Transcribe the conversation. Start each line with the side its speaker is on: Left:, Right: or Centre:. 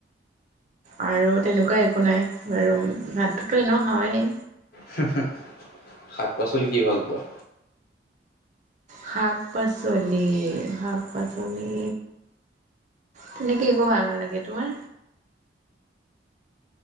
Right: আৰু তেনেকুৱা একো নাই। বাৰু ভাতটোতো এনেও খাওঁৱেই।
Left: হোঁ-হোঁ! শাক-পাচলি কি ভাল পোৱা?
Right: শাক-পাচলি, শাক-পাচলি তেনেকে, একো ভাল নালাগে। তোমাৰ?